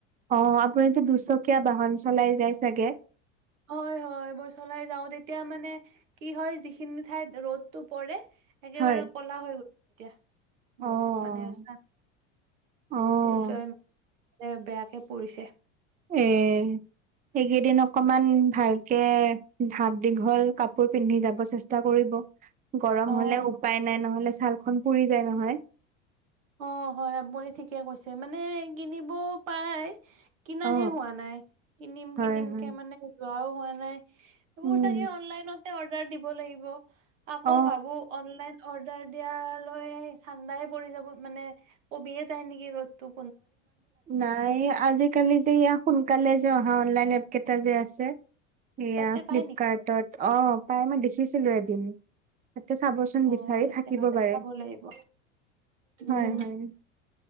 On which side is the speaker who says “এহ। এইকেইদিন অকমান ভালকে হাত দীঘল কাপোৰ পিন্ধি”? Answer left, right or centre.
Right